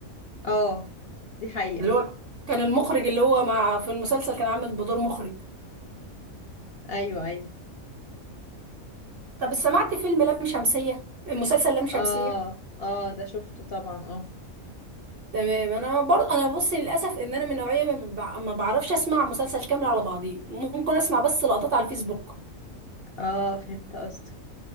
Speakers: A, on the left; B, on the right.
A: اه دي حقيقه
B: اللي هو كان المخرج اللي هو مع في المسلسل كان عامل بدور مخرج
A: ايوه ايوه
B: طب سمعت فيلم لام شمسية المسلسل لام شمسية
A: اه اه ده شفته طبعا اه
B: تمام انا برضه انا بص للاسف ان انا من نوعيه ما بع- ما بعرفش اسمع مسلسل كامل على بعضيه ممكن اسمع بس لقطات على الفيسبوك
A: اه فهمت قصدك